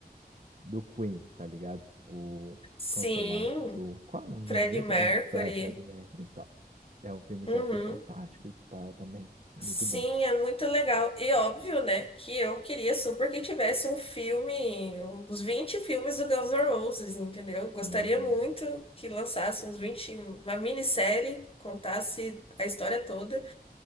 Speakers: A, on the right; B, on the left.
A: do Queen, tá ligado? O
B: Sim,
A: cantor lá, o do... Qual é o nome
B: Freddie
A: mesmo?
B: Mercury.
A: O- É, Fred Mercury e tal. É um filme
B: Uhum.
A: que eu achei fantástico e tal também, muito
B: Sim,
A: bom.
B: é muito legal. E óbvio, né, que eu queria super que tivesse um filme, uns 20 filmes do Guns N' Roses, entendeu? Gostaria
A: Aham,
B: muito que lançasse uns 20 uma minissérie, contasse a história toda.